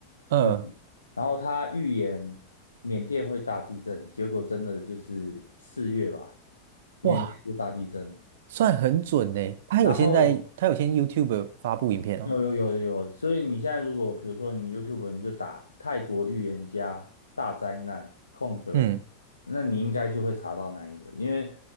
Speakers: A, on the right; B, on the left.
A: 嗯，
B: 嗯，然后他预言缅甸会大地震，结果真的就是四月吧，缅甸就大地震了。
A: 哇，算很准呢。他有先在，
B: 然后
A: 他有先 YouTube 发布影片哦。
B: 有有有有，所以你现在如果比如说你 YouTube 你就打泰国预言家大灾难空格，
A: 嗯，
B: 那你应该就会查到那一个，因为